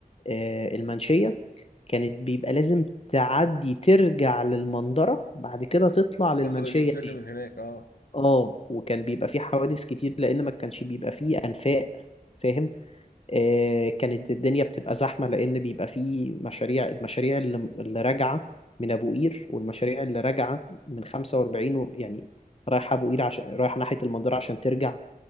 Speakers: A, on the left; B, on the left.
A: آه، المنشيه كانت بيبقى لازم تعدي ترجع للمنظره بعد كده تطلع للمنشيه
B: ياخد اليوتيرن
A: تاني
B: من هناك اه
A: اه وكان بيبقى فيه حوادث كتير لان ما كانش بيبقى فيه انفاق فاهم آه، كانت الدنيا بتبقى زحمة لأن بيبقى فيه مشاريع المشاريع اللي اللي راجعة من أبو قير والمشاريع اللي راجعة من 45 و- يعني رايحة أبو قير عشان رايحة ناحية المنظرة عشان ترجع